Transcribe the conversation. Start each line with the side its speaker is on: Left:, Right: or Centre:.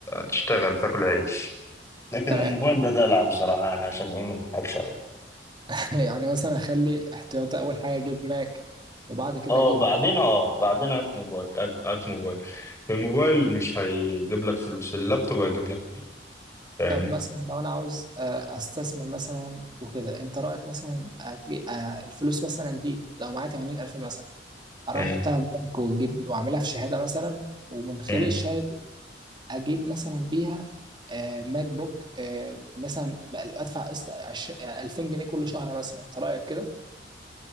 Left: تشتغل تاكل عيش لكن
Right: تمام
Left: الموبايل ده دلع بصراحة أنا عشان إيه ما نضحكش عليه
Right: <laughs> يعني مثلا اخلي احتياطي اول حاجه اجيب ماك وبعد كده
Left: أه
Right: اجيب
Left: بعدين أه بعدين هات موبايل هات هات موبايل الموبايل مش هيجيب لك فلوس اللابتوب هيجيب لك فلوس فاهمني
Right: طب مثلا لو انا عاوز آه، استثمر مثلا وكده انت رايك مثلا أجي- آه، الفلوس مثلا دي لو معايا 80 الف مثلا اروح
Left: مم.
Right: احطها في بنك واجيب واعملها في شهاده مثلا ومن خلال
Left: مم.
Right: الشهاده دي اجيب مثلا بيها آه، ماك بوك آه، مثلا بقى- ادفع قسط عش- آه، 2000 جنيه كل شهر مثلا انت رايك كده